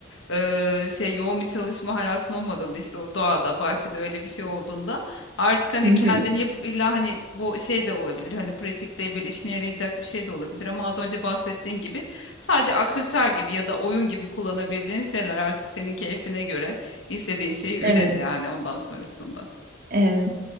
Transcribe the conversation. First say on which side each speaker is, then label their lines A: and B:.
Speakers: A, on the left; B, on the right.
A: e, şey yoğun bir çalışma hayatın olmadığında işte o doğada, bahçede öyle bir şey olduğunda artık hani
B: Hı hı.
A: kendini yapıp illa hani bu şey de olabilir. Hani pratikte böyle işine yarayacak bir şey de olabilir ama az önce bahsettiğin gibi sadece aksesuar gibi ya da oyun gibi kullanabileceğin şeyler artık senin keyfine göre istediğin şeyi üret
B: Evet.
A: yani ondan sonrasında.
B: Evet.